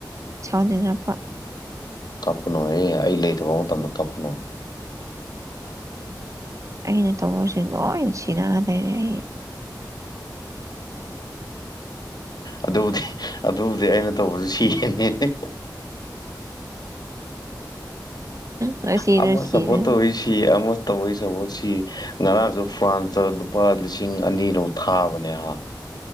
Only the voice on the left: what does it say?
ꯀꯞꯅꯣꯍ‌ꯦ ꯑꯩ ꯂꯩꯇꯕ ꯃꯇꯝꯗ ꯀꯞꯀꯅꯣ
ꯑꯗꯨꯕꯨꯗꯤ ꯑꯗꯨꯕꯨꯗꯤ ꯑꯩꯅ ꯇꯧꯕꯗꯨ ꯁꯤꯒꯔꯤꯖꯤꯗꯤ
ꯑꯃ
ꯁꯞꯄꯣꯔꯠ ꯇꯧꯋꯤ ꯁꯤ ꯑꯃ ꯇ ꯑꯩ ꯁꯁꯤ <unintelligible> ꯉꯔꯥꯡꯁꯨ ꯐ꯭ꯔꯥꯟꯁꯇ ꯂꯨꯄꯥ ꯂꯤꯁꯤꯡ ꯑꯅꯤꯔ ꯊꯥꯕꯅꯦ ꯍꯥ